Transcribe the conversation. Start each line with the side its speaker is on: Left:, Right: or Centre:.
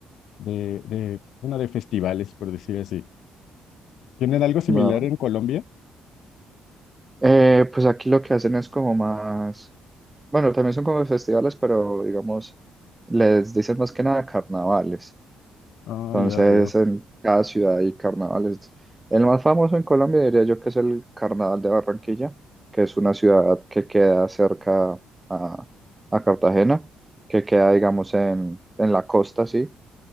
Left: de, de, bueno, de festivales, por decir así. ¿Tienen algo similar
Right: va.
Left: en Colombia?
Right: Eh, pues aquí lo que hacen es como más, bueno, también son como festivales, pero digamos, les dicen más que nada carnavales.
Left: Ah,
Right: Entonces,
Left: ya veo,
Right: en cada ciudad hay carnavales. El más famoso en Colombia diría yo que es el Carnaval de Barranquilla, que es una ciudad que queda cerca a, a Cartagena, que queda, digamos, en, en la costa, sí.